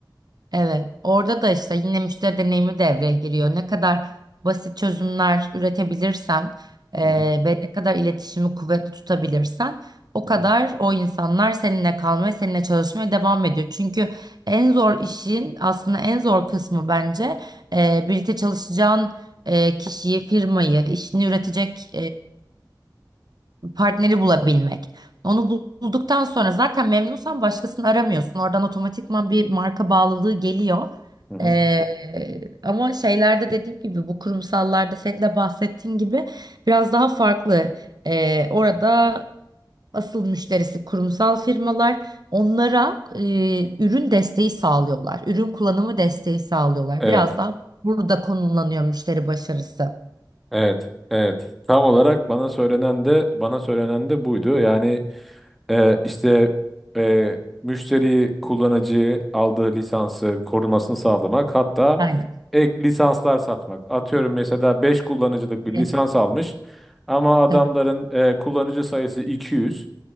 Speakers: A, on the right (about 60°); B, in the centre.
A: Evet, orada da işte yine müşteri deneyimi devreye giriyor. Ne kadar basit çözümler üretebilirsen eee,
B: Hı hı,
A: ve ne kadar iletişimi kuvvetli tutabilirsen o
B: hı
A: kadar
B: hı,
A: o insanlar seninle kalmaya, seninle çalışmaya devam ediyor. Çünkü en zor işin aslında en zor kısmı bence eee birlikte çalışacağın eee, kişiyi, firmayı, işini üretecek partneri bulabilmek. Onu bul- bulduktan sonra zaten memnunsan başkasını aramıyorsun. Oradan otomatikman bir marka bağlılığı geliyor.
B: hı hı.
A: Ee, ama şeylerde dediğim gibi bu kurumsallarda senin de bahsettiğin gibi biraz daha farklı. Ee, orada asıl müşterisi kurumsal firmalar onlara e, ürün desteği sağlıyorlar. Ürün kullanımı desteği sağlıyorlar.
B: Evet,
A: Biraz daha burada konumlanıyor müşteri başarısı.
B: evet, evet. Tam olarak bana söylenen de bana söylenen de buydu. Yani e, işte e, müşteriyi, kullanıcıyı aldığı lisansı korumasını sağlamak, hatta
A: Aynen.
B: ek lisanslar satmak. Atıyorum mesela 5 kullanıcılık bir
A: Evet,
B: lisans almış ama adamların
A: Tabii.
B: e, kullanıcı sayısı 200.